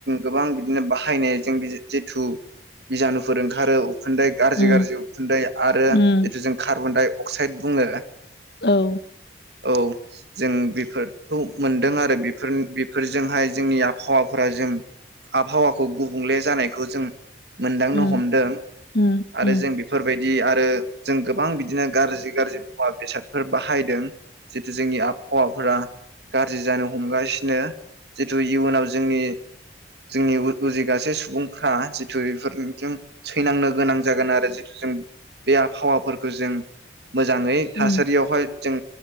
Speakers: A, on the right; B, on the left.
A: गोबां बिदिनो बाहायनायजों जिथु बिजानुफोर ओंखारो उखुन्दै गाज्रि
B: उम
A: गाज्रि उखुन्दै आरो
B: उम
A: जिथु जों कार्बन डाइ अक्साइड बुङो
B: औ
A: औ जों बेफोरखौ मोनदों आरो बेफोर बेफोरजोंहाय जोंनि आबहावाफोरा जों आबहावाखौ गुबुंले जानायखौ जों मोनदांनो
B: उम
A: हमदों
B: उम
A: आरो
B: उम
A: जों बेफोर बायदि बिदि आरो जों गोबां बिदिनो गाज्रि गाज्रि मुवा बेसादफोर बाहायदों जितु जोंनि आबहावाफोरा गाज्रि जानो हमगासिनो जितु इयुनाव जोंनि जोंनि उजिगासे सुबुंफ्रा जिथु बेफोरनिजों सैनांनो गोनां जागोन आरो जिथु जों बे आबहावाफोरखौ जों मोजाङै थासारियावहाय
B: उम
A: जों